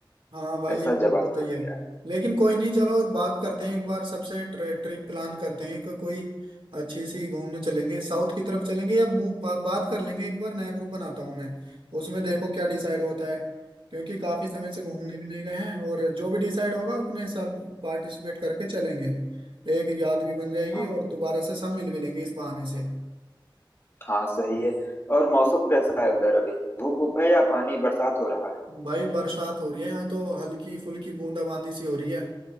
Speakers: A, on the right; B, on the left.
A: हाँ भाई
B: ऐसा
A: ये तो
B: जमाना
A: होता ही
B: आ
A: है
B: गया
A: लेकिन कोई नहीं चलो बात करते हैं एक बार सबसे ट्रि, ट्रिप प्लान करते हैं को, कोई अच्छी सी घूमने चलेंगे साउथ की तरफ चलेंगे या बू- बा, बात कर लेंगे एक बार नया ग्रुप बनाता हूँ मैं उसमें देखो क्या डिसाइड होता है क्योंकि काफी समय से घूमने भी नहीं गए हैं और जो भी डिसाइड होगा अपने सब पार्टिसिपेट करके चलेंगे एक याद भी बन जाएगी
B: हाँ
A: और दोबारा से सब मिल भी लेंगे इस बहाने से
B: हाँ सही है और मौसम कैसा है उधर अभी धूप उप है या पानी बरसात हो रहा है
A: भाई बरसात हो रही है यहाँ तो हल्की फुल्की बूंदाबांदी सी हो रही है